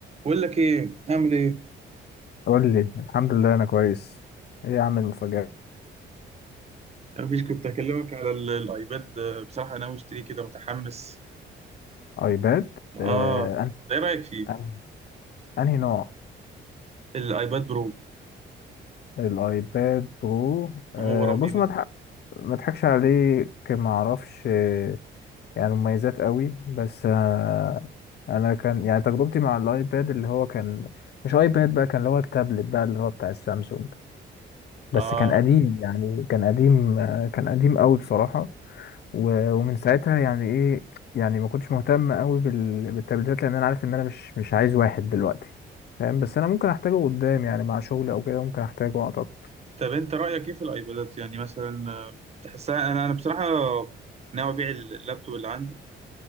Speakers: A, on the right (about 35°); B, on the left (about 55°).
A: بقول لك ايه اعمل ايه
B: قول لي الحمد لله انا كويس ايه يا عم المفاجأة
A: مفيش كنت هكلمك على ال- الايباد آه، بصراحه ناوي اشتريه كده متحمس
B: ايباد
A: اه
B: آه أن...
A: ايه رايك فيه
B: أن... انهي نوع
A: الايباد برو
B: الايباد برو آه
A: مغرم
B: بص
A: بيه من
B: ما
A: زمان
B: تح... ما اضحكش عليك ما اعرفش آه، يعني مميزات قوي بس آه انا كان يعني تجربتي مع الايباد اللي هو كان مش ايباد بقى كان اللي هو التابلت بقى اللي هو بتاع السامسونج بس
A: اه
B: كان قديم يعني كان قديم آه، كان قديم قوي بصراحة و- ومن ساعتها يعني ايه يعني ما كنتش مهتم قوي بال- بالتبديلات لان انا عارف ان انا مش مش عايز واحد دلوقتي فاهم بس انا ممكن احتاجه قدام يعني مع شغل او كده ممكن احتاجه اعتقد
A: طب انت رايك ايه في الايبادات يعني مثلا آه، تحسها انا انا بصراحه ناوي ابيع اللابتوب اللي عندي